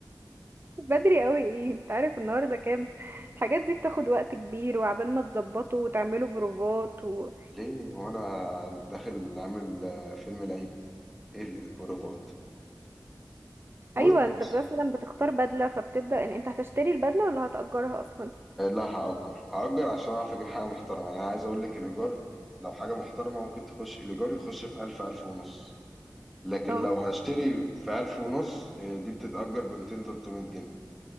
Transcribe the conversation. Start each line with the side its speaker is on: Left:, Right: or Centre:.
Right: <laughs> بدري قوي ايه انت عارف النهارده كام الحاجات دي بتاخد وقت كبير وعبال ما تظبطوا وتعملوا بروفات و...
Centre: <laughs> ليه هو انا داخل عامل آه، فيلم العيد ايه اللي البروفات بص
Right: ايوه انت
Centre: بص
Right: مثلا بتختار بدله فبتبدأ ان انت هتشتري البدله ولا هتأجرها اصلا
Centre: آه، لا هأجر هأجر عشان أعرف أجيب حاجة محترمة يعني عايز أقول لك الإيجار لو حاجة محترمة ممكن تخش الإيجار يخش في ألف ألف ونص لكن
Right: اه
Centre: لو هشتري في ألف ونص آه، دي بتتأجر بمتين تلتمية جنيه